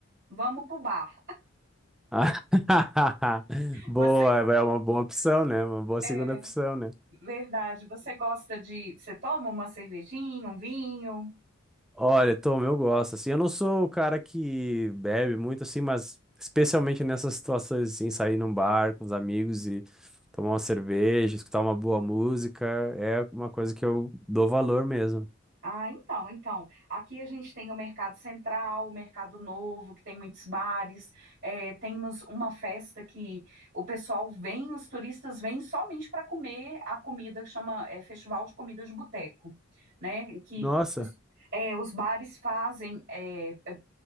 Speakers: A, on the right (about 60°); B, in the centre.
A: vamos pro bar.
B: <laughs> Boa,
A: Você,
B: é uma boa opção, né? Uma boa
A: é
B: segunda opção, né?
A: verdade, você gosta de, você toma uma cervejinha, um vinho?
B: Olha, Tom, eu gosto, assim, eu não sou o cara que bebe muito, assim, mas especialmente nessas situações, assim, sair num bar com os amigos e tomar uma cerveja, escutar uma boa música, é uma coisa que eu dou valor mesmo.
A: Ah, então, então, aqui a gente tem o Mercado Central, o Mercado Novo, que tem muitos bares, é, temos uma festa que o pessoal vem, os turistas vêm somente para comer a comida, que chama, é, Festival de Comida de Boteco, né? Que
B: Nossa,
A: os, é, os bares fazem, é, é,